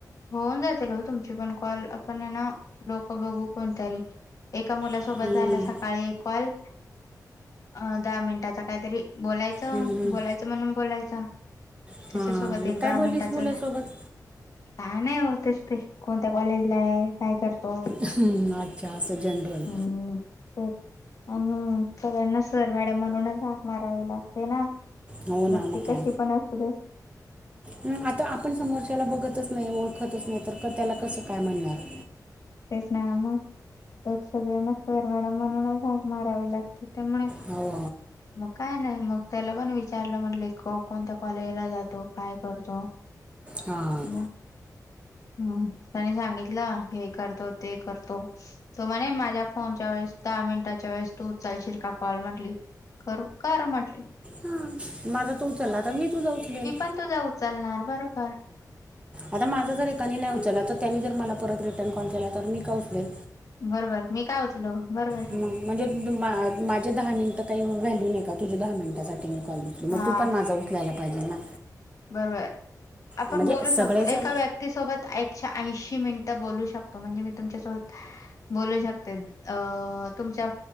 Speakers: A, on the left; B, on the right.
A: होऊन जातील ओ, तुमचे पण कॉल आपण हाय ना लोक बघू कोणी तरी. एका मुलासोबत
B: हम्म,
A: झाला सकाळी एक काँल. अ दहा मिनिटाच काहीतरी बोलायचं,
B: हम्म, हम्म.
A: बोलायचं म्हणून बोलायचं
B: हा
A: त्याच्या सोबत
B: मग
A: एक दहा
B: काय बोललीस
A: मिनिटाच
B: मुलासोबत
A: काय नाही ओ, तेच ते कोणत्या कॉलेज ला आहे? काय करतो?
B: हम्म, अच्छा असं जनरल
A: हम्म, ते आणि सगळ्यांना सर मॅडम म्हणूनच हाक मारावे लागते ना.
B: हो ना, मग
A: ती कशी
B: काय?
A: पण असू दे
B: हम्म, आता आपण समोरच्याला बघतच नाही ओळखतच नाही तर, त्याला कसं काय म्हणणार?
A: तेच ना मग, सगळ्यांना सर मॅडम म्हणूनच मारावे लागत त्यामुळे
B: हो.
A: मग काय नाही मग, त्याला पण विचारलं म्हटले कोणत्या कॉलेजला जातो? काय करतो?
B: हां
A: मग हम्म, त्यानी सांगितलं हे करत तो ते करतो. तो म्हणे माझ्या फोनच्या वेळेस दहा मिनिटाच्या वेळेस तू उचलशील का कॉल म्हटली? करू कर म्हटले.
B: हा, माझा तू उचलला, तर मी तुझा उचलेल.
A: मी पण तुझा उचलणार बरोबर.
B: आता माझा जर, एकानी नाही उचला तर त्यांनी जर मला परत रिटर्न कॉल केला तर, मी का उचलेन?
A: बरोबर मी का उच बरो
B: ह म्हणजे माझे दहा मिनिटं काही व्हॅल्यू नाही का तुझ्या दहा मिनिटा मी कॉल घेतली मग
A: हा
B: तू पण माझा िक वयला पाहिजे ना
A: बरोबर आपण
B: म्हणजे
A: बोलू
B: सगळेजण
A: शकतो. एका व्यक्ती ती सोबत एकशे ऐंशी मिनिटं बोलू शकतो म्हणजे मी तुमच्यासोबत बोलू शकते अ तुमच्या